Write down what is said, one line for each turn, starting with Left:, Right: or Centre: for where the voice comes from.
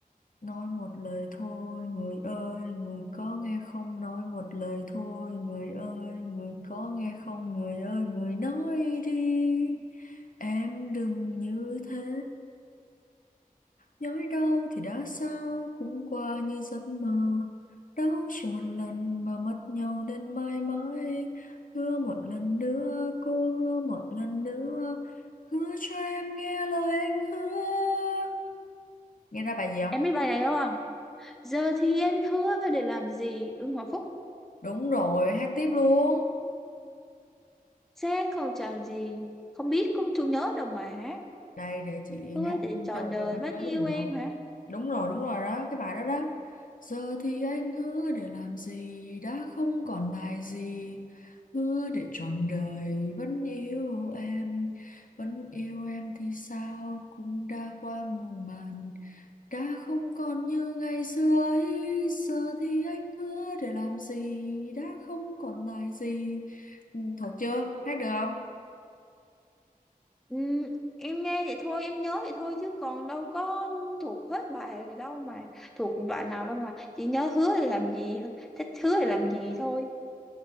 Left: Nói một lời thôi, người ơi, người có nghe không? Nói một lời thôi, người ơi, người có nghe không? Người ơi, người nói đi, em đừng như thế. Nhói đau thì đã sao, cũng qua như giấc mơ. Đau chỉ một lần mà mất nhau đến mãi mãi. Hứa một lần nữa, cô hứa một lần nữa. Hứa cho em nghe lời anh hứa. Nghe ra bài gì không?
Centre: em biết bài này đúng không giờ thì anh hứa để làm gì Ưng Hoàng Phúc
Left: Đúng rồi, hát tiếp luôn.
Centre: sẽ không chọn gì không biết không chú nhớ đâu mà hát
Left: Đây để chị
Centre: hứa
Left: hát
Centre: để trọn
Left: cho
Centre: đời
Left: coi có
Centre: vẫn
Left: nhớ
Centre: yêu
Left: gì
Centre: em
Left: không.
Centre: hả
Left: Đúng rồi, đúng rồi đó, cái bài đó đó. Giờ thì anh hứa để làm gì đã không còn lại gì. Hứa để trọn đời vẫn yêu em. Vẫn yêu em thì sao cũng đã qua muôn màn. Đã không còn như ngày xưa ấy, giờ thì anh hứa để làm gì, đã không còn lại gì. Ừ, Thuộc chưa? Hát được không?
Centre: Ừ, em nghe vậy thôi em nhớ vậy thôi chứ còn đâu có thuộc hết bài đâu mà thuộc đoạn nào đâu mà chỉ nhớ hứa thì làm gì thích hứa thì làm gì thôi